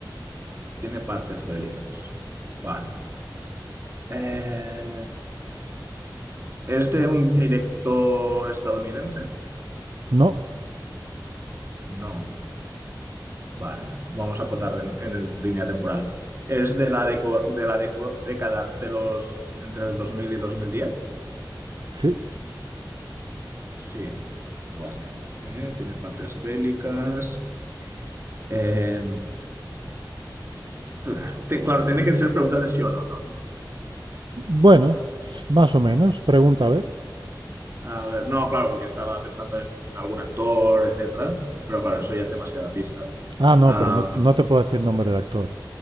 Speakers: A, on the right (about 35°); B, on the right (about 90°).
A: Tiene partes bélicas. Vale. Eh, ¿Es de un director estadounidense?
B: No,
A: No. Vale, vamos a acotar en, en el línea temporal. ¿Es de la, deco- de la deco- década de los entre el 2000 y dos mil diez.
B: sí,
A: Sí. Vale. Eh, tiene partes bélicas. Eh, claro, Te- claro, tiene que ser preguntas de sí o no, ¿no?
B: Bueno, más o menos. Pregunta, a ver.
A: A ver, no, claro, porque estaba pensando en algún actor, etcétera, pero claro, eso ya es demasiada pista.
B: Ah, no,
A: Ah,
B: pero no, no te puedo decir nombre de actor.